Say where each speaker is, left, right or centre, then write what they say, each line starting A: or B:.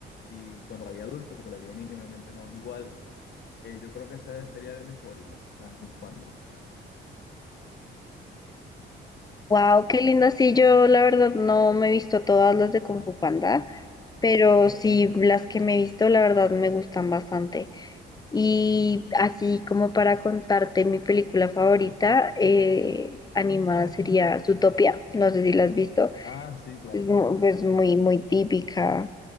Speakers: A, on the left; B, on the left.
A: y cuando la vi adulto, porque la vi de niño obviamente no es igual. Eh, yo creo que esa sería de mis favoritas, las de Kung Fu Panda.
B: Wow, qué linda. Sí, yo la verdad no me he visto todas las de Kung Fu Panda, pero sí las que me he visto, la verdad me gustan bastante. Y así como para contarte mi película favorita, eh, animada sería Zootopia, no sé si la has visto,
A: Ah, sí, claro,
B: es mu- pues muy, muy típica.